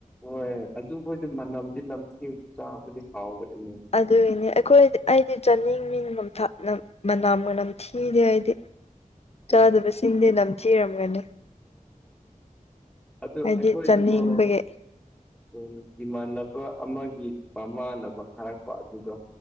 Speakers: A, in the centre; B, on the left.
A: ꯍꯣꯏ ꯑꯗꯨꯕꯨꯗꯤ ꯃꯅꯝꯗꯤ ꯅꯝꯊꯤꯔꯥꯁꯨ ꯆꯥꯕꯗꯤ ꯍꯥꯎꯕꯅꯤꯅꯦ
B: ꯑꯗꯨꯒꯤꯅꯦ ꯑꯩꯈꯣꯏꯗꯤ ꯑꯩꯗꯤ ꯆꯥꯅꯤꯡꯉꯤ <unintelligible> ꯃꯅꯥꯝꯒꯥ ꯅꯝꯊꯤꯗꯦ ꯑꯩꯗꯤ
A: ꯍ
B: ꯆꯥꯗꯕꯁꯤꯡꯗꯤ ꯅꯝꯊꯤꯔꯝꯒꯅꯤ
A: ꯑꯗꯨ
B: ꯍꯥꯏꯗꯤ
A: ꯑꯩꯈꯣꯏꯗꯨꯀꯣ
B: ꯆꯥꯅꯤꯡꯕꯒꯤ
A: ꯎꯝ ꯏꯃꯥꯟꯅꯕ ꯑꯃꯒꯤ ꯃꯃꯥꯟꯅꯕ ꯊꯥꯔꯛꯄ ꯑꯗꯨꯗꯣ